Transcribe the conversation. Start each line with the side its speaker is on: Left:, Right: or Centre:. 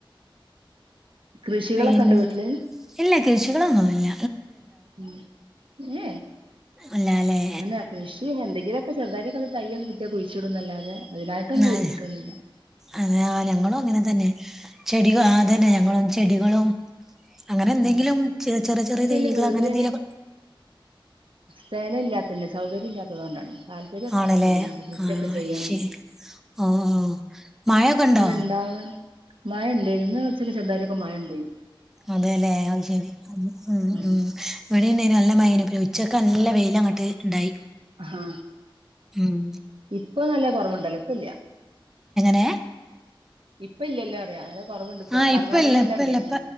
Right: കൃഷികളൊക്കെ
Centre: പിന്ന
Right: ഇണ്ടോ വീട്ടില്?
Centre: ഇല്ല കൃശികളൊന്നുംല്ല
Right: ഉം ഉം
Centre: ഇല്ലാല്ലേ
Right: എന്നന്നാ കൃഷി എന്തെങ്കിലുമൊക്കെ ചെറുതായിട്ടൊക്കെത് തയ്യത് കിട്ടിയ കുഴിച്ചിടുന്നല്ലാതെ അതിനായിട്ടൊന്നും ഒരുഞ്ഞിട്ടൊന്നുമില്ല
Centre: ആ അതെ ഞങ്ങളും അങ്ങനെ തന്നെ ചെടിക അതന്നെ
Right: ഉം,
Centre: ഞങ്ങളും ചെടികളും അങ്ങനെ എന്തെങ്കിലും
Right: ഉം.
Centre: ചെ ചെറിയ ചെറിയ
Right: ഞങ്ങൾക്ക്
Centre: തെയ്യകൾ
Right: അതിന്റെ വീട്ടിൽ
Centre: അങ്ങനെ എന്തെങ്കലുംക്ക
Right: സേന ഇല്ലാത്തല്ല സൗകര്യം ഇല്ലാത്തത്ുക കൊണ്ടാണ് താല്പര്യംൊക്കാണ്
Centre: ആണല്ലേ
Right: ചെയ്യാനൊക്കെ കൃഷിയൊക്കെ
Centre: ആ
Right: ചെയ്യാൻ
Centre: ശരി ഓ മായ കണ്ടോ
Right: ഉണ്ടാവാൻ മഴ ഉണ്ടായി ഇന്ന് കൊച്ചക്ക ചെല്ലാരിൊക്കെ മഴുണ്ടായി
Centre: അതല്ലെ അ ശരി ഉ
Right: ഉം,
Centre: ഉ ഇവിടെ ഉണ്ടായ നല്ല മൈനപ്പ ഉച്ചക്കെ നല്ല വെയിലം ട്ട് ഉണ്ടായി
Right: ആഹ്
Centre: ഉം
Right: ഇപ്പൊ നല്ല കൊറമുണ്ടല്ലോപ്പല്ല
Centre: ഏ
Right: ഇപ്പ ഇല്ലല്ലോ അറിയാം കുറവുണ്ട് ഇപ്പൊ
Centre: ആഹ്
Right: പരഭാഗലല്ല
Centre: ഇപ്പ ഇല്ല ഇപ്പ
Right: ഉണ്ടായിരുന്നു
Centre: ഇല്ല ഇപ്പ